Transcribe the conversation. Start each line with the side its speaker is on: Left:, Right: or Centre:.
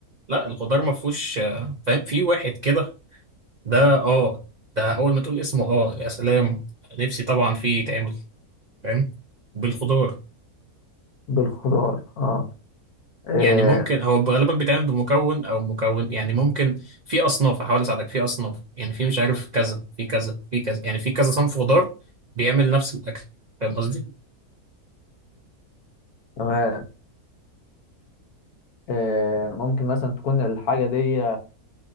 Right: لا الخضار ما فيهوش آه، فاهم في واحد كده ده آه ده أول ما تقول اسمه آه يا سلام نفسي طبعا فيه يتعمل فاهم بالخضار
Left: بالخضار اه, آه.
Right: يعني ممكن هو غالبا بيتعمل بمكون او مكون يعني ممكن في اصناف احاول اساعدك في اصناف يعني في مش عارف كذا في كذا في كذا يعني في كذا صنف خضار بيعمل نفس الاكل فاهم قصدي
Left: تمام آه. ممكن مثلا تكون الحاجة دي